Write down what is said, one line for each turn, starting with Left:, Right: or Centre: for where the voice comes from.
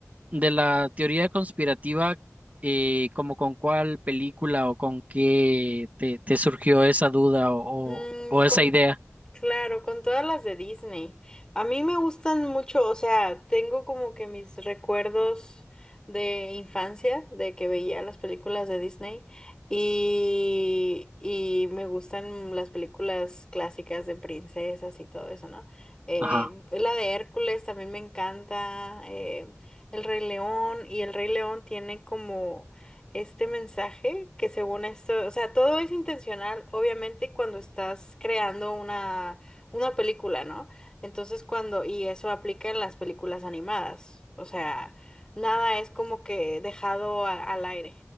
Right: de la teoría conspirativa, eh, como con cuál película o con qué te, te surgió esa duda o,
Left: Mm,
Right: o- o
Left: con,
Right: esa idea.
Left: claro, con todas las de Disney. A mí me gustan mucho, o sea, tengo como que mis recuerdos de infancia, de que veía las películas de Disney y, y me gustan las películas clásicas de princesas y todo eso, ¿no? Eh,
Right: Ajá.
Left: la de Hércules también me encanta, eh, El Rey León y El Rey León tiene como este mensaje que según esto, o sea, todo es intencional, obviamente, cuando estás creando una, una película, ¿no? Entonces, cuando, y eso aplica en las películas animadas, o sea, nada es como que dejado a- al aire.